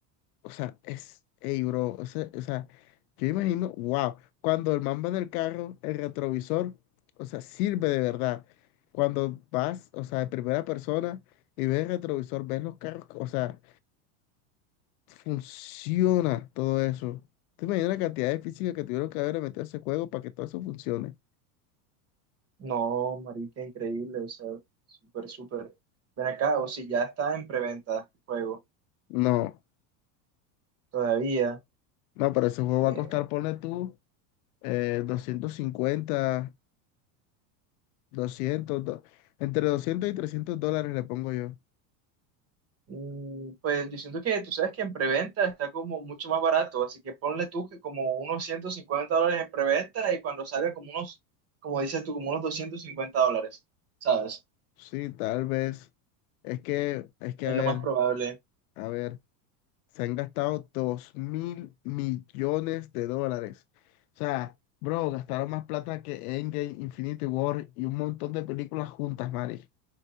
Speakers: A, on the left; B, on the right.
A: O sea, es, ey, bro, o sea, o sea, yo imagino, wow, cuando el man va en el carro, el retrovisor, o sea, sirve de verdad. Cuando vas, o sea, de primera persona y ves el retrovisor, ves los carros, o sea, funciona todo eso. ¿Te imaginas la cantidad de física que tuvieron que haber metido a ese juego para que todo eso funcione?
B: No, marica, increíble, o sea, súper, súper. Ven acá, o si ya está en preventa el juego,
A: No,
B: todavía.
A: no, pero ese juego va
B: Eh,
A: a costar, ponle tú, eh, 250, 200, do- entre 200 y 300 dólares le pongo yo.
B: Mm, Pues yo siento que tú sabes que en preventa está como mucho más barato, así que ponle tú que como unos 150 dólares en preventa y cuando salga como unos, como dices tú, como unos 250 dólares, ¿sabes?
A: Sí, tal vez. Es que, es que,
B: Es
A: a ver,
B: lo más probable.
A: a ver, se han gastado dos mil millones de dólares. O sea, bro, gastaron más plata que Endgame, Infinity War y un montón de películas juntas, Mari.